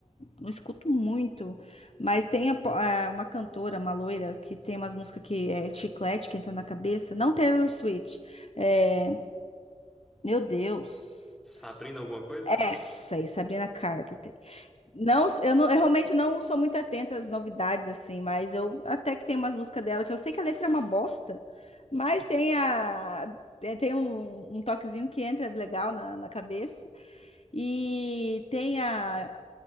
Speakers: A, on the left; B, in the centre.
A: não escuto muito, mas tem a po- é, uma cantora, uma loira, que tem umas músicas que é chiclete que entra na cabeça. Não Taylor Swift. É, meu Deus.
B: Sabrina alguma coisa?
A: Essa aí, Sabrina Carpenter. Não, eu, não, eu realmente não sou muito atenta às novidades, assim, mas eu até que tem umas músicas dela, que eu sei que a letra é uma bosta, mas tem a. Tem tem um, um toquezinho que entra legal na, na cabeça. E tem a.